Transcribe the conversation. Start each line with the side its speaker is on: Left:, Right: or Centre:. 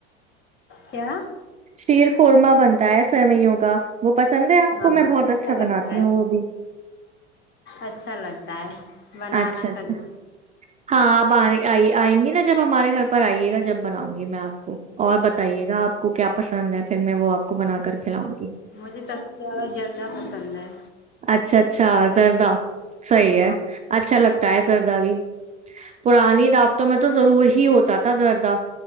Left: کیا
Right: شیر خورما بنتا ہے سویوں کا وہ پسند ہے آپ
Left: ہاں
Right: کو میں بہت اچھا بناتی
Left: لگتا ہے
Right: ہوں وہ بھی
Left: اچھا لگتا ہے بنانا
Right: اچھا اچھا
Left: کبھی
Right: ہاں آپ آ آ آئیں گی نا جب ہمارے گھر پر آئیے گا جب بناؤں گی میں آپ کو اور بتائیے گا آپ کو کیاپ پسند ہے پھر میں وہ آپ کو بنا کر کھلاؤں گی
Left: مجھے سب سے زیادہ جردہ پسند ہے
Right: اچھا اچھا زردہ صحیح ہے
Left: ہاں
Right: اچھا لگتا تا ہے سردہ بھی پرانی داقتوں میں تو ضرور ہی ہوتی ہوتا تھا دردہ